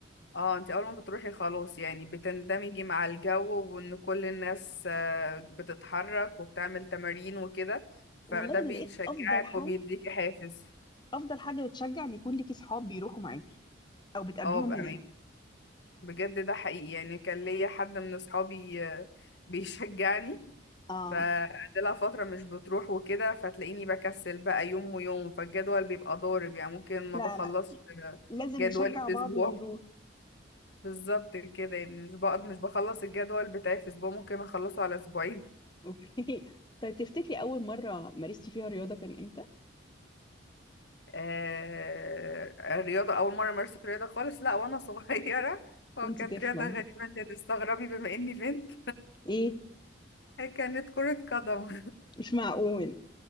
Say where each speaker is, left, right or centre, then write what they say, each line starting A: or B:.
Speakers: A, on the left (about 65°); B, on the left (about 25°).
A: اه انت اول ما بتروحي خلاص يعني بتندمجي مع الجو وان كل الناس آه، بتتحرك وبتعمل تمارين وكده
B: والله
A: فده
B: انا
A: بيشجعك
B: لقيت افضل حل
A: وبيديكي حافز
B: افضل حاجه بتشجع ان يكون ليكي صحاب بيروحوا معاكي او بتقابليهم
A: اه بأمان
B: هناك
A: بجد ده حقيقي يعني كان ليا حد من اصحابي آه، بيشجعني
B: اه
A: فقعدلها فترة مش بتروح وكده فتلاقيني بكسل بقى يوم ويوم فالجدول بيبقى ضارب يعني ممكن ما
B: لا
A: بخلصش
B: لا
A: آه،
B: لازم
A: جدولي
B: نشجع
A: في
B: بعض
A: اسبوع
B: ونروح <laughs>
A: بالظبط كده يعني مش بقعد مش بخلص الجدول بتاعي في اسبوع ممكن اخلصه على اسبوعين
B: اوكي طيب تفتكري اول مره مارستي فيها رياضه كان امتى
A: آه، رياضة أول مرة أمارس رياضة خالص لا وأنا صغيرة <laughs> هو
B: وانت
A: كانت
B: طفله
A: رياضة غريبة أنت هتستغربي بما إني بنت
B: ايه
A: <laughs> كانت كرة قدم
B: مش معقول